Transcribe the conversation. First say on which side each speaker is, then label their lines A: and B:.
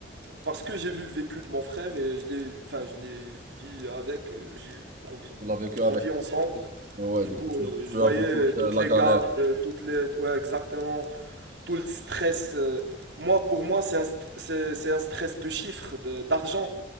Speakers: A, on the right; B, on the right.
A: Parce que j'ai vu le vécu de mon frère et je l'ai, enfin, je l'ai vu avec. euh, j'ai envie-
B: Tu l'as vécu avec.
A: on vit ensemble.
B: Ouais,
A: Du
B: du
A: coup,
B: coup, tu,
A: euh,
B: tu
A: je voyais
B: as vu toute euh,
A: toutes
B: la
A: les
B: galère.
A: gardes, euh, toutes les, ouais, exactement, tout le stress. euh, moi, pour moi, c'est un, st- c'est, c'est un stress de chiffres, de- d'argent.